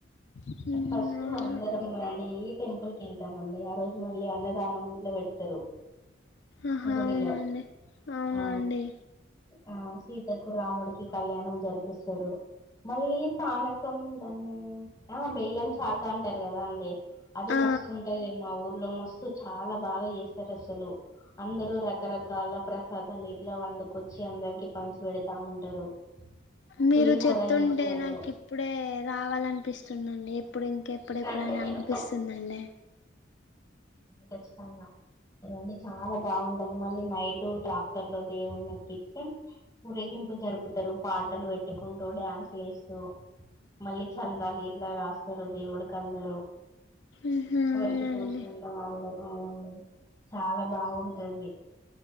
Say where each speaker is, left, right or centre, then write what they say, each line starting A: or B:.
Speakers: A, on the left; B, on the left.
A: ఉహు,
B: ఫస్ట్
A: అవునా
B: అందర మడి టెంపుల్ కెళ్తామండి ఆ రోజు మళ్ళీ అన్నదానం ఇట్లా పెడతారు
A: ఆ
B: గుడిలో
A: అవునండి అవునండి
B: ఆ ఆ సీతకు రాముడికి కళ్యాణం జరిపిస్తరు మళ్ళీ పాన త్తం దాన్ని ఆ బెల్లం చాక అంటారు కదా అండి అది
A: ఆ
B: మస్తు ఉంటది మా ఊర్లో మస్ చాల బాగా చేస్తారు అసలు అందరుూ రకరకాల ప్రసాదాలు ఇట్లా వండుకొచ్చి అందరికి పంచి పెడతా ఉంటారు
A: మీరు
B: పులిహోర
A: చెప్తుంటే
B: చేస్తారు
A: నాకు ఇప్పుడే రావాలనిపిస్ <unintelligible> ఇప్పుడు ఇంకెప్పుడెప్పుడు
B: రండి
A: అని
B: నేను
A: అనిపిస్తుందండి
B: చ్చితంగాదండి చాలా బాగుంటది మళ్ళీ నైట్ ట్రాక్టర్ లో దేవుడిని ఎక్కించిి మురగింపు జరుపుతారు పాటలు పెట్టుకుంటూ డ్యాన్సులు వేస్తూ మళ్ళీ చందాల ఇట్లా రాస్తారు దేవుడు కందరు
A: ఉహు అవునండి
B: ఎవరికి తోచినంత వాళ్ళు అ చాలా బాగుంటది